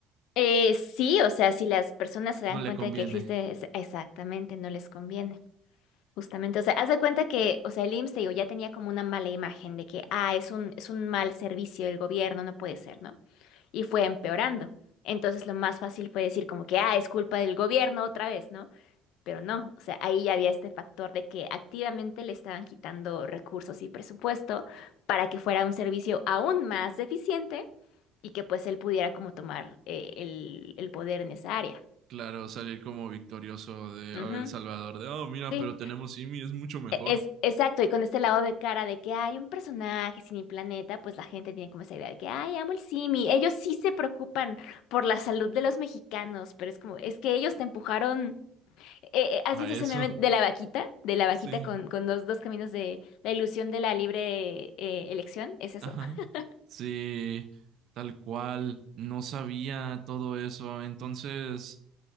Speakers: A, on the left; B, on the right.
A: Eh, sí, o sea, si las personas se dan
B: no le
A: cuenta
B: conviene.
A: de que existe, es- exactamente, no les conviene. Justamente, o sea, haz de cuenta que, o sea, el IMSS, te digo, ya tenía como una mala imagen de que, ah, es un, es un mal servicio del gobierno, no puede ser, ¿no? Y fue empeorando. Entonces, lo más fácil fue decir como que, ah, es culpa del gobierno otra vez, ¿no? Pero no, o sea, ahí ya había este factor de que activamente le estaban quitando recursos y presupuesto para que fuera un servicio aún más deficiente y que pues él pudiera como tomar eh, el, el poder en esa área.
B: Claro, salir como victorioso de
A: Ujú,
B: oh, El Salvador, de, oh, mira,
A: Sí,
B: pero tenemos IMI, es mucho mejor
A: E- es exacto. Y con este lado de cara de que hay un personaje sin el planeta, pues la gente tiene como esa idea de que, ay, amo el Simi. Ellos sí se preocupan por la salud de los mexicanos, pero es como, es que ellos te empujaron. Eh, eh, ¿has
B: a
A: visto
B: eso,
A: ese meme de la vaquita?
B: <laughs>
A: De la vaquita
B: sí.
A: con, con dos, dos caminos de la ilusión de la libre eh, elección. Es eso.
B: Ajá.
A: <laughs>
B: Sí, tal cual. No sabía todo eso. Entonces,